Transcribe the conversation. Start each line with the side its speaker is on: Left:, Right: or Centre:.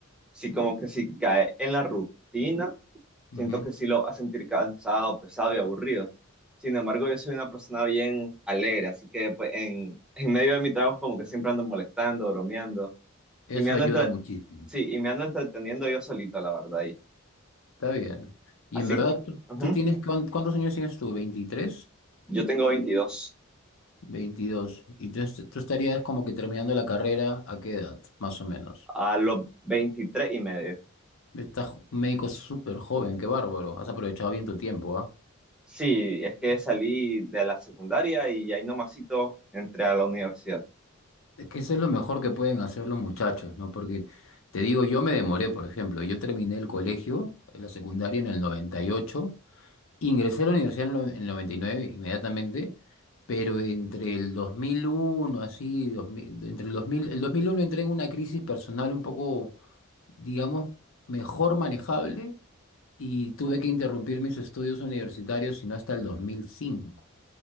Centre: sí, como que sí cae en la rutina siento
Left: Ujú,
Centre: que sí lo va a sentir cansado, pesado y aburrido. Sin embargo, yo soy una persona bien alegre, así que pues, en, en medio de mi trabajo como que siempre ando molestando, bromeando
Left: Eso
Centre: y me ando
Left: ayuda
Centre: entre-
Left: muchísimo.
Centre: sí, y me ando entreteniendo yo solito, la verdad. Y,
Left: Está bien. Y
Centre: así
Left: en verdad,
Centre: que,
Left: tú,
Centre: ujú,
Left: tú tienes, cuán- ¿cuántos años tienes tú? 23,
Centre: Yo tengo veintidós
Left: 22. Y tú, est- tú estarías como que terminando la carrera, ¿a qué edad, más o menos?
Centre: a los 23 y medio.
Left: Estás jo- un médico súper joven, qué bárbaro. Has aprovechado bien tu tiempo, ¿ah?
Centre: Sí, es que salí de la secundaria y ahí nomasito entré a la universidad.
Left: Es que eso es lo mejor que pueden hacer los muchachos, ¿no? Porque te digo, yo me demoré, por ejemplo, yo terminé el colegio, la secundaria en el 98. Ingresé a la universidad en lo- en el 99 inmediatamente, pero entre el 2001, así, 2000 entre el 2000, el 2001 entré en una crisis personal un poco, digamos, mejor manejable y tuve que interrumpir mis estudios universitarios, sino hasta el 2005.